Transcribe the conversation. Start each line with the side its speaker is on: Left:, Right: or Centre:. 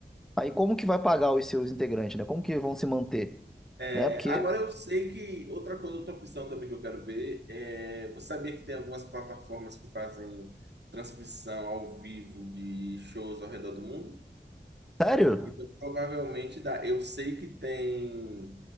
Centre: Aí como que vai pagar os seus integrantes, né? Como que vão se manter?
Right: É,
Centre: Né? Porque,
Right: agora eu sei que outra coisa, outra opção também que eu quero ver é, você sabia que tem algumas plataformas que fazem transmissão ao vivo de shows ao redor do mundo?
Centre: sério?
Right: Então, provavelmente dá. Eu sei que tem